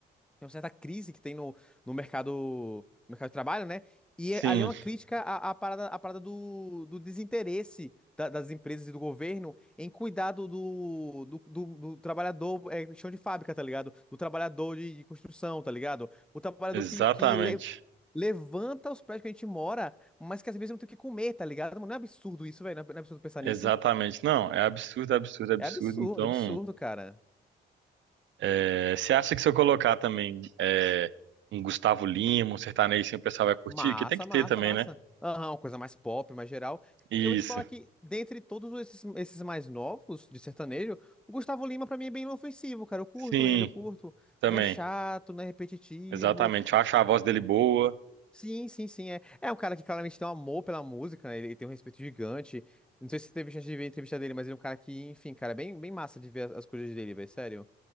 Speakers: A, in the centre; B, on the right (about 65°).
A: tem uma certa crise que tem no, no mercado, no mercado de trabalho, né? E
B: Sim,
A: é- ali é uma crítica à, à parada, à parada do, do desinteresse da- das empresas e do governo em cuidar do, do, do, do- do trabalhador é, chão de fábrica, tá ligado? Do trabalhador de, de construção, tá ligado? O trabalhador
B: exatamente.
A: que, que le- levanta os prédios que a gente mora, mas que às vezes não tem o que comer, tá ligado? Mano, não é absurdo isso, velho? Não é não é absurdo pensar
B: Exatamente.
A: nisso?
B: Não, é absurdo, absurdo, absurdo.
A: É absurdo,
B: Então,
A: absurdo, cara.
B: é, você acha que se eu colocar também é, um Gustavo Lima, um sertanejo, assim, o pessoal vai curtir?
A: Massa,
B: Que tem que
A: massa,
B: ter também,
A: massa.
B: né?
A: Aham, uma coisa mais pop, mais geral.
B: Isso.
A: Eu vou te falar que, dentre todos esses, esses mais novos de sertanejo, o Gustavo Lima, pra mim, é bem inofensivo, cara. Eu curto
B: Sim,
A: ele, eu curto.
B: também.
A: Não é chato, não é repetitivo.
B: Exatamente. Eu acho a voz dele boa.
A: Sim, sim, sim. É, é um cara que claramente tem um amor pela música, né? Ele tem um respeito gigante. Não sei se você teve chance de ver a entrevista dele, mas ele é um cara que, enfim, cara, é bem, bem massa de ver as as coisas dele, velho, sério.